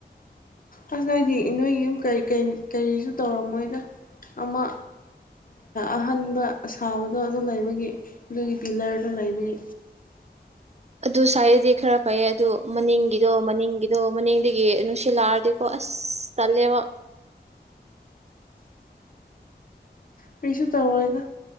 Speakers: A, on the left; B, on the right.
A: ꯑꯁ ꯅꯣꯏꯗꯤ ꯏ ꯅꯣꯏꯒꯤ ꯌꯨꯝ ꯀꯔꯤꯁꯨ ꯇꯧꯔꯝꯃꯣꯏꯗ ꯑꯃ ꯑꯍꯟꯕ ꯁꯥꯕꯗꯣ ꯑꯗꯨ ꯂꯩꯕꯒꯤ ꯑꯗꯨꯒꯤ ꯄꯤꯂꯔ ꯗꯣ ꯂꯩꯕ꯭ꯒꯤ
B: ꯑꯗꯨ ꯁ꯭ꯋꯥꯏꯗꯗꯤ ꯈꯔ ꯐꯩꯌꯦ ꯑꯗꯨ ꯃꯅꯤꯡꯒꯤꯗꯣ ꯃꯅꯤꯡꯒꯤꯗꯣ ꯃꯅꯤꯡꯗꯒꯤ ꯅꯨꯡꯁꯤꯜꯂꯛꯑꯗꯤꯀꯣ ꯑꯁ ꯇꯜꯂꯦꯕ
A: ꯀꯩꯁꯨ ꯇꯧꯔꯣꯏꯗ